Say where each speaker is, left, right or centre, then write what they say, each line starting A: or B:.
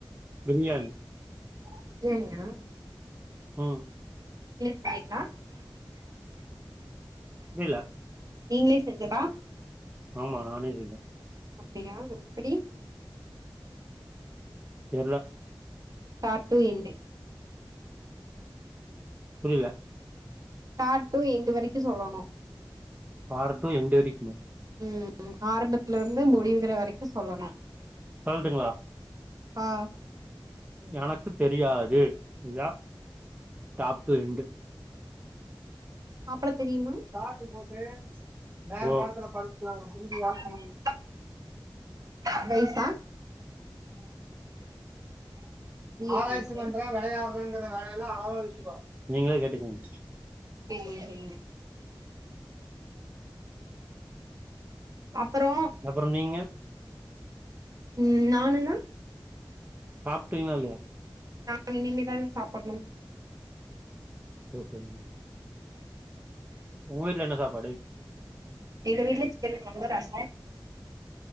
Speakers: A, on the right; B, on the right.
A: பிரியாணி
B: பிரியாணியா
A: ஆன்
B: பேசுறிங்ளா
A: புரில
B: நீங்ளே செஞ்சதா
A: ஆமா நானே செஞ்சேன்
B: அப்டியா எப்புடி
A: தெர்ல
B: பார்ட் ட்உ எண்டு
A: புரில
B: பார்ட் ட்உ எண்டு வரிக்கு சொல்லணு
A: பார்ட் ட்உ எண்டு வரிக்கிகுமா
B: ம் ம் ஆரம்பத்ல இருந்து முடிகிற வரைக்கு சொல்லணு
A: சொல்ட்டுங்களா
B: ஆ
A: எனக்கு தெரியாது இதா டாப் ட்உ எண்டு
B: சாப்ட தெரியுமா
A: சாட்டு போத்தே வேற எடத்ல படுத் <unintelligible> புரிஞ்சிதா
B: ம் அட்வைஸா ஃப்ரீ
A: அ
B: அட்வைஸு
A: ஆமாங்க நீங்களே கேட்டுகங்க
B: செரிங்க செரிங்க அப்றோ
A: அப்றோ நீங்க
B: ம் நானு நா
A: சாப்டிங்ளா இல்லயா
B: நா இனிமே தாங்க சாப்ட்ண்ணும்
A: ஷேவ் பண்ணி
B: <inaudible>
A: உங்க வீட்ல என்ன சாப்பாடு
B: எங்க வீட்ல சிக்கன் கொழம்பு ரசொ